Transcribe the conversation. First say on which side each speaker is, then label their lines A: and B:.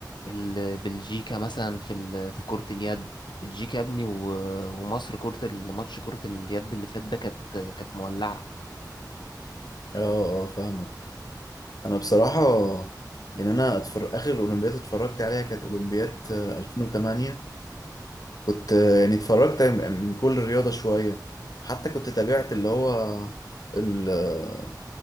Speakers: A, on the left; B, on the left.
A: ال- بلجيكا مثلا في ال- في كرة اليد بلجيكا يا ابني و- ومصر كرة الماتش كرة اليد اللي فات ده كانت كانت مولعة
B: اه اه فاهمك انا بصراحه يعني انا أتفر... اخر اولمبياد اتفرجت عليها كانت اولمبياد آه، 2008 كنت آه، يعني اتفرجت من من كل رياضه شويه حتى كنت تابعت اللي هو ال... آه،